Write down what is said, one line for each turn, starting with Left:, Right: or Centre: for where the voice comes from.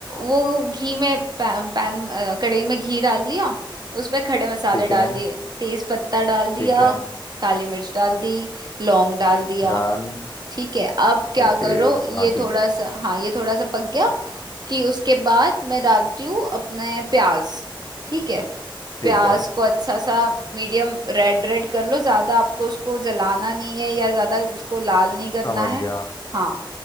Right: वो घी में पैन, पैन अ, कढ़ाई में घी डाल दिया उसमें खड़े मसाले
Left: ठीक
Right: डाल
Left: है
Right: दिए तेज पत्ता डाल दिया
Left: ठीक है
Right: काली मिर्च डाल दी लौंग डाल दिया
Left: डन
Right: ठीक है अब क्या
Left: ओके
Right: करो ये
Left: हाँ ठीक
Right: थोड़ा
Left: है
Right: सा हाँ ये थोड़ा सा पक गया कि उसके बाद मैं डालती हूँ अपने प्याज ठीक है
Left: ठीक
Right: प्याज
Left: है
Right: को अच्छा सा मीडियम रेड रेड कर लो ज्यादा आपको उसको जलाना नहीं है या ज्यादा उसको लाल नहीं करना
Left: समझ
Right: है
Left: गया
Right: हाँ